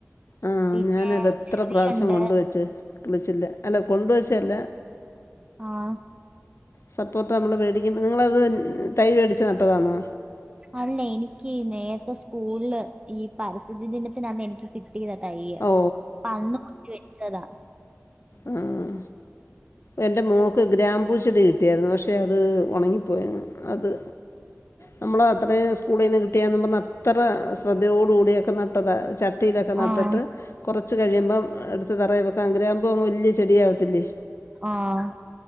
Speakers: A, on the left; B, on the right.
A: ആ
B: പിന്നെ
A: ഞാനത് എത്ര
B: ചെറിയുണ്ട്
A: പ്രാവശ്യം കൊണ്ട് വെച്ച് കിളിച്ചില്ല അല്ല കൊണ്ട് വച്ചല്ല
B: ആഹ്
A: സപ്പോട്ട നമ്മൾ മേടിക്കുമ്പൾ നിങ്ങളത് തൈ മേടിച്ച് നട്ടതാണോ
B: അല്ല എനിക്ക് നേരത്തെ സ്കൂളില് ഈ പരിസ്ഥിതി ദിനത്തിനാണ് എനിക്ക് കിട്ടിയതാ തയ്യെ
A: ഓ
B: അന്ന് കുത്തി വെച്ചതാ
A: ആഹ് എൻ്റെ മോക്ക് ഗ്രാപൂച്ചെടി കിട്ടിയായിരുന്നു പക്ഷേ അത് ഉണങ്ങിപ്പോയ അത്
B: ആ
A: നമ്മൾ അത്രയും സ്കൂളിൽ നിന്ന് കിട്ടിയാെന്ന് പറഞ്ഞ അത്ര ശ്രദ്ധയോട കൂടിയൊക്കെ നട്ടതാണ് ചട്ടിയിലൊക്കെ നട്ടിട്ട്
B: ആഹ്
A: കുറച്ച് കഴിയുമ്പം എടുത്ത് തറയി വെക്കാം അങ്ങനെആകുമ്പോൾ അങ് വലിയ ചെടിയ ആകത്തില്ലേ
B: ആഹ്